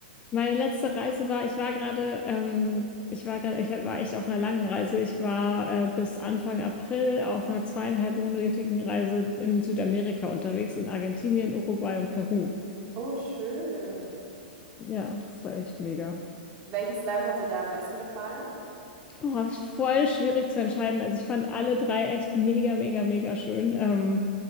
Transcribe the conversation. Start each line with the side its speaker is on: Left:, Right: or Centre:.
Left: Meine letzte Reise war, ich war gerade, ähm, ich war gerade, ich war echt auf einer langen Reise. Ich war äh, bis Anfang April auf einer zweieinhalbmonatigen Reise in Südamerika unterwegs, in Argentinien, Uruguay und Peru.
Right: Oh, schön.
Left: Ja, das war echt mega.
Right: Welches Land hat dir da am besten gefallen?
Left: Oh, war voll schwierig zu entscheiden. Also ich fand alle drei echt mega, mega, mega schön. Ähm,